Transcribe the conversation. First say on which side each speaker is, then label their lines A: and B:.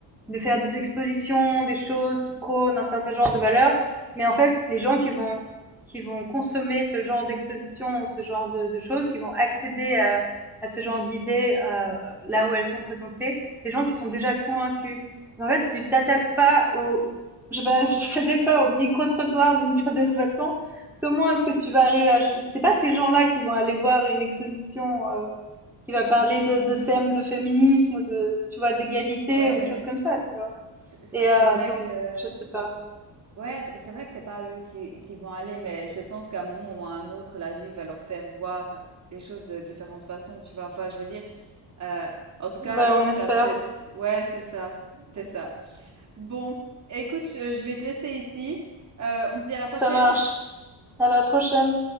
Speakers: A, in the centre; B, on the right.
A: de faire des expositions, des choses qui prônent un certain genre de valeurs. Mais en fait, les gens qui vont, qui vont consommer ce genre d'exposition, ce genre de, de choses, qui vont accéder à, à ce genre d'idées euh, là où elles sont présentées, c'est les gens qui sont déjà convaincus. En fait, si tu t'attaques pas au, je sais pas, <laughs> si tu t'attaques pas au micro-trottoir d'une certaine façon, Comment est-ce que tu vas arriver à... ch- C'est pas ces gens-là qui vont aller voir une exposition euh, qui va parler de, de thèmes de féminisme ou de, tu vois, d'égalité
B: Ouais.
A: ou de choses comme ça, tu vois.
B: C'est c'est-
A: Et
B: c'est
A: euh,
B: vrai
A: donc,
B: que,
A: je sais pas.
B: ouais, c'est c'est vrai que c'est pas eux qui, qui vont aller, mais je pense qu'à un moment ou à un autre, la vie va leur faire voir les choses de différentes façons, tu vois. Enfin, je veux dire, euh, en tout cas,
A: Ben,
B: je pense
A: on espère.
B: qu'à cette, ouais, c'est ça, c'est ça. Bon, écoute, je, je vais te laisser ici. Euh, on se dit à la prochaine.
A: Ça marche. À la prochaine.